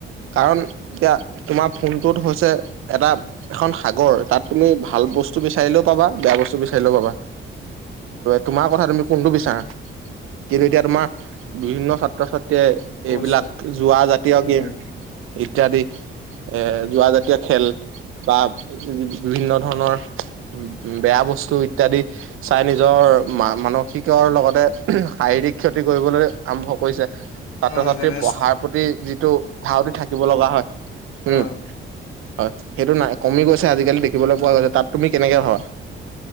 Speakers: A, on the right; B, on the left.
A: কাৰণ এতিয়া তোমাৰ ফোনটোত হৈছে। এটা এখন সাগৰ তাত তুমি ভ ভাল বস্তু বিচাৰিলেও পাবা, বেয়া বস্তু বিচাৰিলেও পাবা। তোমাৰ কথা তুমি কোনটো বিচাৰা কিন্তু এতিয়া তোমাৰ বিভিন্ন ছাত্ৰ-ছাত টে
B: গৈছে
A: এইবিলাক যোৱা জাতীয় গেম
B: হয়,
A: ইত্যাদি। এ যোৰা জাতীয় খেল বা বিভিন্ন ধৰণৰ উম। বেয়া বস্তু ইত্যাদি, চাই নিজৰ মা মানসিকৰ লগতে শাৰীৰিক ক্ষতি। কৰিবলৈ আৰম্ভ কৰিছে। ছাত্ৰ
B: হয়
A: ছাত্ৰীৰ
B: যেনে
A: পঢ়াৰ প্ৰতি যিটো ধাউতি থাকিব লগা হয়, হুম।
B: হয়
A: হয়, সেইটো নাই কমি গৈছে। আজিকালি দেখিবলৈ পোৱা গৈছে, তাত তুমি কেনেকে ভাবা।